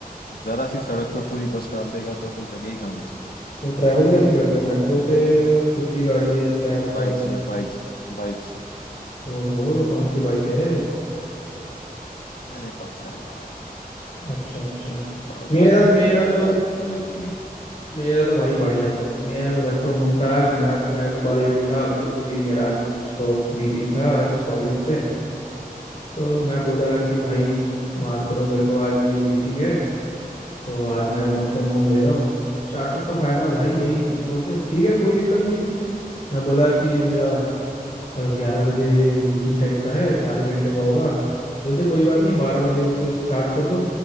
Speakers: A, on the left (about 75°); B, on the left (about 45°).
A: जरा सी सड़क पे पूरी बस डाल देगा तो फिर जगह ही कहाँ बचेगी
B: तो ट्रैवल कैसे करते हो मेट्रो से या खुद की गाड़ी है या कैब
A: बाइक
B: क्या
A: से बाइक बाइक
B: ओहो कौन सी बाइक है
A: अरे पल्सर है भाई
B: अच्छा अच्छा
A: नॉर्मल
B: मेरा
A: ही है
B: मेरा
A: कोई ज्यादा
B: तो
A: महंगी नहीं है
B: मेरा तो भाई बढ़िया था भाई मेरा तो वर्क फ्रॉम होम था आज मैं मैं सुबह लेट उठा क्योंकि मेरा आज कुछ तो मीटिंग था आज कॉलेज से तो
A: अच्छा
B: मैं बोला कि भाई माफ़ करो मेरे को आज मेरी मीटिंग है तो आज मैं
A: हम्म
B: वर्क फ्रॉम होम ले रहा हूँ स्टार्टअप का फ़ायदा भाई
A: हम्म
B: यही बोलते ठीक है कोई दिक्कत नहीं है मैं बोला कि मेरा ग्यारह बजे मीटिंग टाइप का है आधे घंटे का होगा बोलते कोई बात नहीं बारह बजे से स्टार्ट कर दो